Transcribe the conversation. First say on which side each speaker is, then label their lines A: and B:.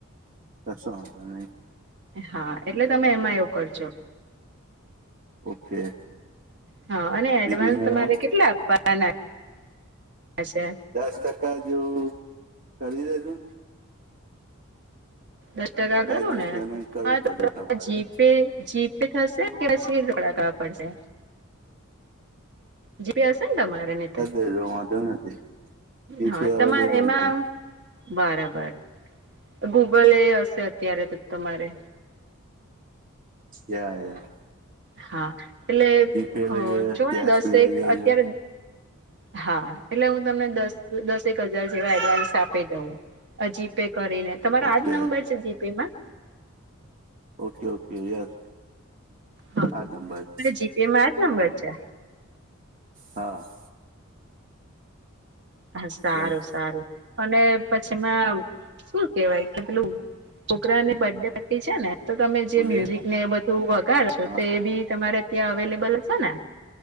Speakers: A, on the right (about 40°); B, on the right (about 55°).
A: કસુ વાંધો નહિ.
B: હા એટલે તમે એમાં એવું કરજો
A: ઓકે
B: હા અને
A: બીજું
B: એડવાન્સ
A: મેડમ
B: તમારે કેટલા આપવા ના ના છે.
A: દસ ટકા જેવું ખરીદે શું
B: દસ ટકા કરો
A: જેવું
B: ને
A: પેમેન્ટ કરવું
B: હા
A: પડશે
B: તો
A: તમારે
B: જીપે જીપે થશે કે પછી રોકડા કરવા પડશે જી પે હશે ને તમારે તો
A: તેનો વાંધો નથી. જીપે
B: હા તમારે
A: અવેલેબલ
B: એમાં
A: છે
B: બરાબર ગૂગલ એ હશે અત્યારે તો તમારે
A: યા યા
B: હા એટલે
A: જીપે
B: અ
A: લઈએ
B: જો
A: કેશ
B: ને દસે
A: બી લઈએ
B: એકક અત્યારે
A: છે
B: હા એટલે હું તમને દસ દસેક હજાર જેવા એડવાન્સ આપી દઉં જી પે કરીને તમારો
A: ઓકે
B: આજ નંબર છે જીપે માં
A: ઓકે ઓકે યસ
B: હા
A: આ જ નબર
B: તમારે જીપે મા આ જ નંબર છે.
A: હા.
B: હા સારું
A: યસ
B: સારું. અને પછીમાં શું કેવાય કે પેલું છોકરાની બર્ડે પાર્ટી છે ને તો તમે જે
A: બોલીએ
B: મ્યુઝિક ને બધું વગાડો છો
A: હા
B: તો એ બી તમારે ત્યા અવેલેબલ હશે ને